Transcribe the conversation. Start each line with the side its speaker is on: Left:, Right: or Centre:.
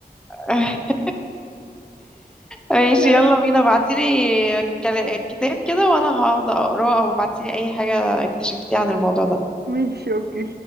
Centre: ماشي ماشي،
Right: لا،
Centre: يلا بينا ابعتيلي كلا- كتاب كده وانا هقعد اقراه او ابعتيلي اي حاجة اكتشفتيها عن الموضوع ده
Right: ماشي اوكي